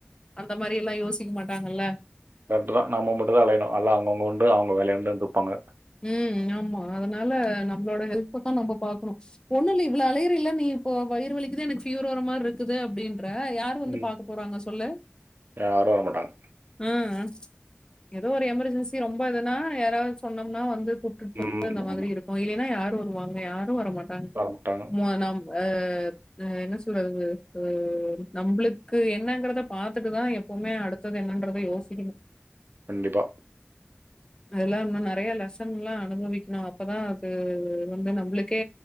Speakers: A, on the left; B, on the right.
A: அந்த மாதிரி எல்லாம் யோசிக்க மாட்டாங்கல்ல
B: கரக்ட் தான் நம்ம மட்டும் தான் அலையணும் எல்லா அவுங்கவுங்க உண்டு வேலையுண்டுனு இருப்பாங்க
A: ம் ஆமா அதனால நம்மளோட ஹெல்த்த தான் நம்ம பாக்கணும் ஒண்ணும் இல்ல இவ்வளவு அலையறல நீ இப்போ வயிறுவலிக்குது எனக்கு ஃபீவர் வர்ற மாதிரி இருக்குது அப்படின்னு இதெல்லா யாரு வந்து
B: ம்.
A: பாக்க போறாங்க சொல்லு
B: யாரும் வரமாட்டாங்க.
A: உம் ம் ஏதோ ஒரு எமர்ஜென்சி ரொம்ப இதுன்னா யாராவது சொன்னா னா வந்து கூப்டுட்டு
B: ம்.
A: போற மாதிரி
B: ஆமா.
A: இருக்கும் இல்லைன்னா யார் வருவாங்க யாரும் வரமாட்டங்க
B: வரமாட்டாங்க.
A: மனம் அஹ் என்ன சொல்றதுஹ் நம்பளுக்கு என்னங்கறத பார்த்துட்டுதான் எப்பவுமே <unintelligible> அடுத்தது என்னன்றதை யோசிக்கணும்
B: கண்டிப்பா
A: அதெல்லாம் இன்னும் நிறைய லெசன்லாம் அனுபவிக்கணும் அப்பதான் அது வந்து நம்பளுக் கே